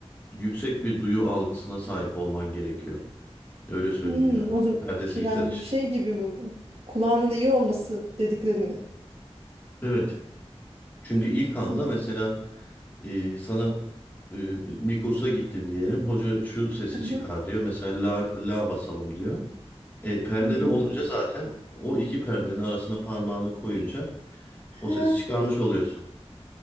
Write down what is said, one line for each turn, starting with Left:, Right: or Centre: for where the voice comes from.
Left: yüksek bir duyu algısına sahip olman gerekiyor. Öyle söyleyeyim
Right: Hmm,
Left: yani.
Right: o zaman
Left: Perdesi
Right: şey-
Left: gitar
Right: yani
Left: için.
Right: şey gibi mi bu? Kulağının iyi olması dedikleri mi?
Left: Evet. Çünkü ilk anda
Right: Ha.
Left: mesela e, sana e, bir kursa gittin diyelim. Hoca şu sesi
Right: Hı
Left: çıkar
Right: hı.
Left: diyor. Mesela la, la basalım diyor. E, perdeli
Right: Hı hı.
Left: olunca zaten o iki perdenin arasına parmağını koyunca
Right: Ha.
Left: o sesi çıkarmış oluyorsun.